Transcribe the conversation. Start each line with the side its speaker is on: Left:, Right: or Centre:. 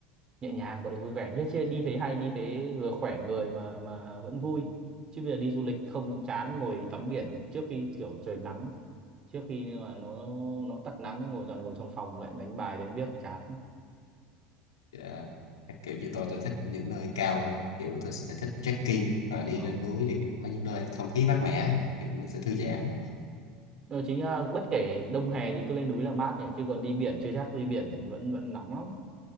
Right: nhẹ nhàng gọi là vui vẻ như chia đi thế hay đi thế vừa khỏe người mà mà vẫn vui chứ bây giờ đi du lịch không cũng chán ngồi tắm biển trước khi kiểu trời nắng trước khi mà nó nó tắt nắng ngồi toàn ngồi trong phòng lại đánh bài đánh biếc chán
Left: Dạ. Các kiểu như tôi tôi thích những nơi cao rồi kiểu tôi sẽ thích trekking rồi đi
Right: ờ.
Left: lên núi thì kiểu có những nơi không khí mát mẻ kiểu mình sẽ thư giãn
Right: Ờ, chính ra bất kể đông hè thì cứ lên núi là mát nhỉ chứ còn đi biển chưa chắc đi biển vẫn vẫn nóng lắm